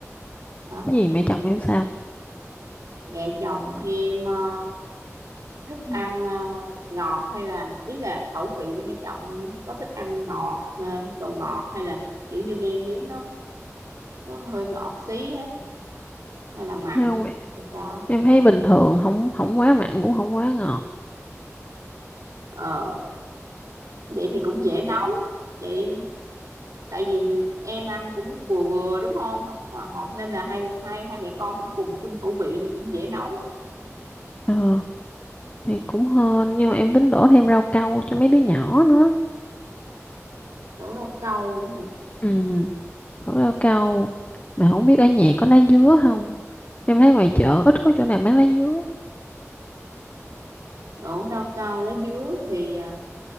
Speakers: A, on the right (about 90°); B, on the left (about 30°).
A: hả
B: cái gì mẹ chồng em sao
A: mẹ chồng em ờ, thích ăn
B: Ừ.
A: ờ, ngọt hay là ý là khẩu vị của mẹ chồng em á, có thích ăn ngọt ờ, đồ ngọt hay là kiểu như nêm nếm nó nó hơi ngọt xí á hay là mặn
B: không
A: hay sao
B: em thấy bình thường không không quá mặn cũng không quá ngọt
A: ờ vậy thì cũng dễ nấu vậy tại vì em ăn cũng vừa vừa đúng không không có quá ngọt nên là hai hai hai mẹ con cũng cùng chung khẩu vị nên cũng dễ nấu á
B: ờ, thì cũng hên nhưng mà em tính đổ thêm rau câu cho mấy đứa nhỏ nữa
A: đổ rau câu nữa hả
B: ừ đổ rau câu mà không biết ở nhà có lá dứa không em thấy ngoài chợ ít có chỗ nào bán lá dứa
A: đổ rau câu lá dứa thì à,